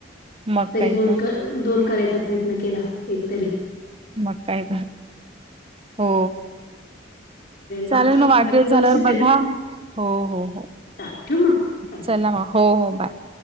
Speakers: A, on the right; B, on the left.
A: मग
B: तरी
A: काय तर
B: कर दोन करायचा प्रयत्न केला. एकतरी
A: मग काय हो चालेल
B: बाकी
A: म वाढदिवस
B: बाकी व्यवस्थित
A: झाल्यावर
B: आहे
A: बघा.
B: ना
A: हो हो हो
B: चालेल ठेव मग बाय
A: चला म हो हो बाय